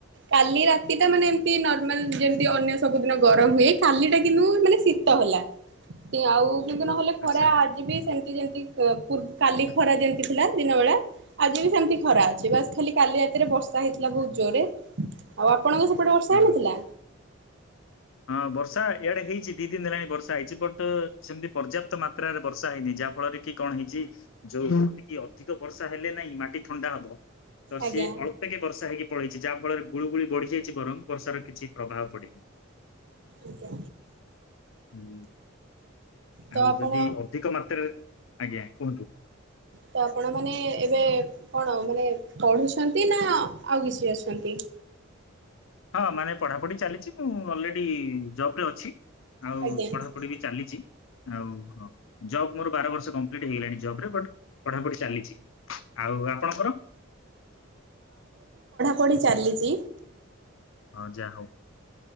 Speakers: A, on the right (about 60°); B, on the left (about 70°).
A: କାଲି ରାତି ଟା ମାନେ ଏମତି ନର୍ମାଲ ଯେମିତି ଅନ୍ୟ ସବୁଦିନ ଗରମ ହୁଏ କାଲି ଟା କିନ୍ତୁ ମାନେ ଶୀତ ହେଲା, ସେ ଆଉ କିନ୍ତୁ ନହେଲେ
B: ଆଚ୍ଛା
A: ଖରା ଆଜିିବି ସେମିତି ଯେମିତି ଠିକ ପୁର କାଲି ଖରା ଯେମତି ଥିଲା ଦିନ ବେଳା ଆଜି ବି ସେମତି ଖରା ଅଛି ବାସ୍ ଖାଲି କାଲି ରାତିରେ ବର୍ଷା ହେଇଥିଲା ବହୁତ ଜୋରରେ ଆଉ ଆପଣଙ୍କ ସେପଟେ ବର୍ଷା
B: ହଁ।
A: ହେଇନଥିଲା?
B: ହଁ, ବର୍ଷା ଏଇଆଡେ ହେଇଛି ଦି ଦିନ ହେଲାଣି ବର୍ଷା ହେଇଛି ବଟ ସେମିତି ପର୍ଯ୍ୟାପ୍ତ ମାତ୍ରାରେ ବର୍ଷା ହେଇନି ଯାହା ଫଳରେ କି କଣ ହେଇଛି ଯୋଉ କି ଅଧିକ ବର୍ଷା ହେଲେ ନାଇଁ ମାଟି ଥଣ୍ଡା ହବ ତ ସିଏ
A: ଆଜ୍ଞା
B: ଅଳ୍ପକେ ବର୍ଷା ହେଇକି ପଳେଇଛି ଯାହା ଫଳରେ ଗୁଳିଗୁଳି ବଢ଼ି ଯାଇଛି ବରଂ ବର୍ଷାର କିଛି ପ୍ରଭାବ ପଡନି ।
A: ଆଜ୍ଞା
B: ହୁଁ
A: ତ
B: ଆଉ
A: ଆପଣ
B: ଯଦି ଅଧିକ ମାତ୍ରାରେ, ଆଜ୍ଞା କୁହନ୍ତୁ
A: ତ ଆପଣ ମାନେ ଏବେ କଣ ମାନେ ପଢୁଛନ୍ତି ନା ଆଉ କିଛି ଅଛନ୍ତି?
B: ହଁ, ମାନେ ପଢ଼ାପଢ଼ି ଚାଲିଛି ମୁଁ ଅଲରେଡି ଜବ ରେ ଅଛି, ଆଉ
A: ଆଜ୍ଞା
B: ପଢାପଢି ବି ଚାଲିଛି, ଆଉ କୁହ, ଜବ୍ ମୋର ବାର ବର୍ଷ କମ୍ପ୍ଲିଟ ହେଇଗଲାଣି ଜବ ରେ ବଟ ପଢାପଢି ଚାଲିଛି, ଆଉ ଆପଣଙ୍କର?
A: ପଢ଼ି ଚାଲିଛି,
B: ହଁ ଯା ହଉ,